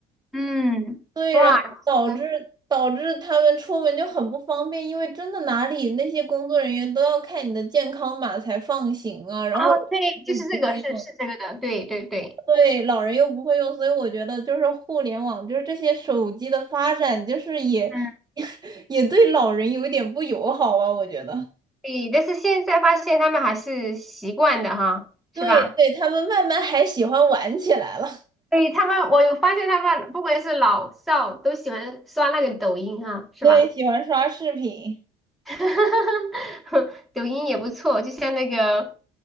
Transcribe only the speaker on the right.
对，然后导致导致他们出门就很不方便，
因为真的哪里那些工作人员都要看你的健康码才放行啊，然后老人又不会用，
对，老人又不会用，所以我觉得就是互联网就是这些手机的发展，就是也
<laughs> 也对老人有一点不友好啊，我觉得，
对对，
他们慢慢还喜欢玩起来了。
对，喜欢刷视频，